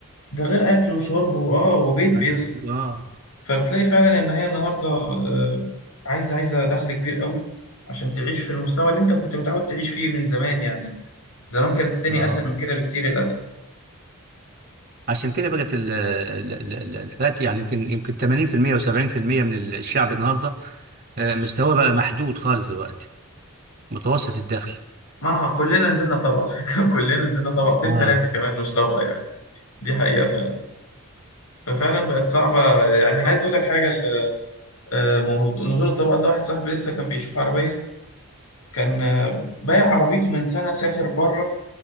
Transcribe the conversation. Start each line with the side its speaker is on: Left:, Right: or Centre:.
Left: ده غير أكل وشرب وآه وبيت بيصرف
Right: أكلك. اه
Left: فبتلاقي فعلا إن هي النهاردة آه، عايزة عايزة دخل كبير قوي عشان تعيش في المستوى اللي أنت كنت متعود تعيش فيه من زمان يعني زمان كانت الدنيا
Right: اه
Left: أسهل من كده بكتير للأسف
Right: عشان كده بقت ال- ال- ال- ال- الفئات يعني يمكن يمكن 80% و70% من الشعب النهارده آه، مستواه بقى محدود خالص دلوقتي متوسط الدخل
Left: ما كلنا نزلنا طبقة <laughs> كلنا نزلنا طبقتين
Right: اه
Left: تلاتة كمان مش طبقة يعني دي حقيقة ففعلا بقت صعبة يعني أنا عايز أقول لك حاجة ال- آه، موضوع- نزول الطبقات ده واحد صاحبي لسه كان بيشوف عربية كان آه، بايع عربيته من سنة سافر بره